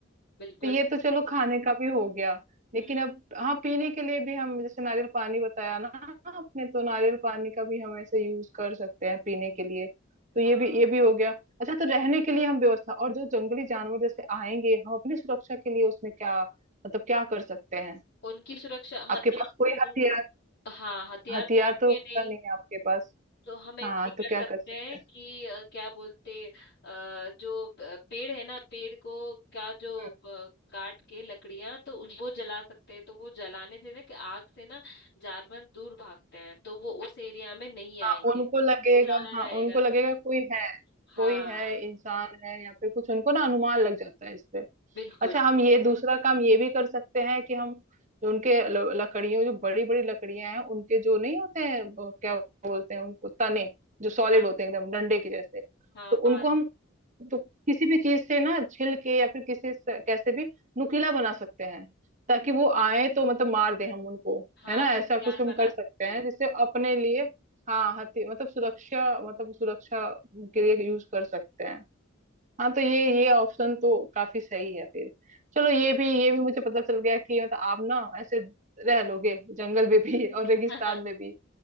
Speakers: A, on the left (about 60°); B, on the right (about 40°).
A: बिल्कुल
B: तो ये तो चलो खाने का भी हो गया लेकिन
A: हम्म
B: अब हाँ पीने के लिए भी हम जैसे नारियल पानी बताया ना आपने तो नारियल पानी का भी हम ऐसे यूज कर सकते हैं पीने के लिए तो ये
A: हाँ
B: भी ये भी हो गया अच्छा तो रहने के लिए हम व्यवस्था और जो जंगली जानवर जैसे आएंगे हम अपनी सुरक्षा के लिए उसमें क्या मतलब क्या कर सकते हैं
A: उनकी सुरक्षा मतलब
B: आपके पास कोई
A: उन
B: हथियार
A: हाँ हथियार
B: हथियार
A: तो होंगे
B: तो होता
A: नहीं
B: नहीं है आपके पास
A: तो हम एक
B: हाँ
A: ये कर
B: तो क्या
A: सकते
B: कर सकते
A: हैं
B: हैं
A: कि अ, क्या बोलते अ, जो प- पेड़ है ना पेड़ को क्या जो
B: हम्म।
A: अ, काट के लकड़ियां तो उस- वो जला सकते हैं तो वो जलाने से ना कि आग से ना जानवर दूर भागते हैं तो वो उस एरिया में नहीं आएंगे
B: हाँ उनको लगेगा
A: उजाला
B: हाँ
A: रहेगा
B: उनको
A: तो
B: लगेगा कोई है
A: हाँ
B: कोई है इंसान है या फिर कुछ उनको ना अनुमान लग जाता है इससे
A: बिल्कुल
B: अच्छा हम ये दूसरा काम ये भी कर सकते हैं कि हम जो उनके ल- लकड़ियों जो बड़ी बड़ी लकड़ियां हैं उनके जो नहीं होते हैं वो क्या बोलते हैं उनको तने जो सॉलिड
A: हाँ
B: होते हैं एकदम डंडे के जैसे
A: हाँ
B: तो उनको
A: पास
B: हम तो किसी भी चीज से ना छिल के या फिर किसी से कैसे भी नुकीला बना सकते हैं ताकि वो आए तो मतलब मार दे हम उनको
A: हाँ
B: है ना
A: हथियार
B: ऐसा कुछ हम
A: बना
B: कर
A: सकते
B: सकते हैं
A: हैं
B: जिससे अपने लिए हाँ हथि मतलब सुरक्षा मतलब सुरक्षा के लिए यूज कर सकते हैं हाँ तो ये ये ऑप्शन तो काफी सही है फिर चलो ये भी ये भी मुझे पता चल गया कि मतलब आप ना ऐसे रह लोगे जंगल में भी और रेगिस्तान
A: <laughs>
B: में भी